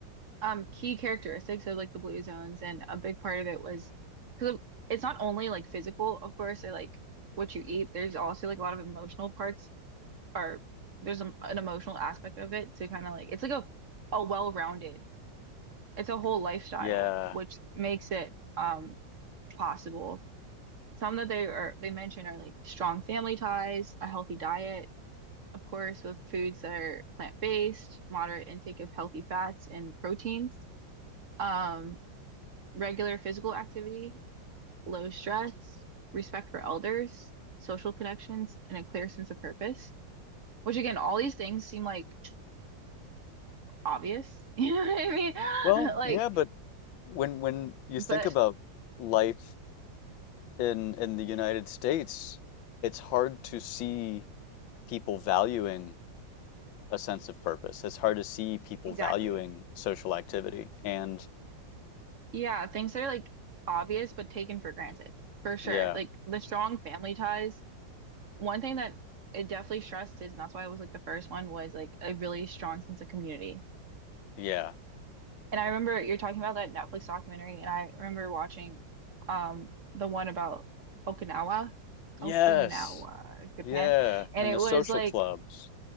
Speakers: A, on the right; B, on the left.
A: um key characteristics of like the blue zones and a big part of it was because it's not only like physical of course or like what you eat there's also like a lot of emotional parts are there's a, an emotional aspect of it to kind of like it's like a a well-rounded it's a whole lifestyle
B: Yeah.
A: which makes it um possible some that they are they mention are like strong family ties a healthy diet of course with foods that are plant-based moderate intake of healthy fats and proteins um regular physical activity, low stress, respect for elders, social connections, and a clear sense of purpose. Which again, all these things seem like obvious. <laughs> You know what I
B: Well,
A: mean? <laughs> Like,
B: yeah, but when when you
A: but
B: think about life in in the United States, it's hard to see people valuing a sense of purpose. It's hard to see people
A: exactly.
B: valuing social activity. And
A: Yeah, things that are like obvious but taken for granted, for sure.
B: yeah,
A: Like the strong family ties. One thing that it definitely stresses, and that's why it was like the first one, was like a really strong sense of community.
B: yeah.
A: And I remember you're talking about that Netflix documentary, and I remember watching um the one about Okinawa,
B: Yes.
A: Okinawa, Japan.
B: Yeah,
A: And
B: and
A: it
B: the
A: was
B: social
A: like,
B: clubs.